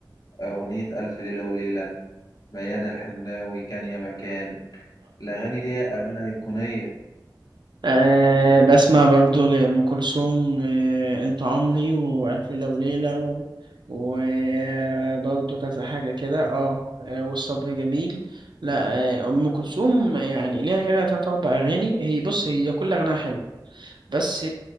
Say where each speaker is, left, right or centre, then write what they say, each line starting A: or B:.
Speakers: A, on the left; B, on the right.
A: أغنية ألف ليلة وليلة ميادة الحناوي كان يا مكان الأغاني دي أغاني أيقونية
B: أه بسمع برضه لأم كلثوم أه أنت عمري وألف ليلة وليلة و- وبرضه كذا حاجة كده اه آه، والصبر جميل لا أه أم كلثوم يعني ليها كده تلات أربع أغاني هي بص هي كل أغنية حلو بس